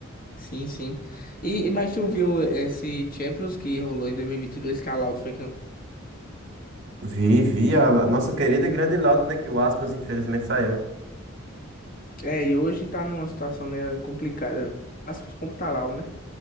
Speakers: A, on the left (about 40°); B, on the right (about 60°).
A: Sim, sim. E, e- mas tu viu esse Champions que rolou em 2022 que a Loud foi campeã?
B: Vi, vi a nossa querida e grande Laudo, né? Que o Aspas infelizmente saiu.
A: É, e hoje tá numa situação meio complicada. Aspas como tá Lau, né?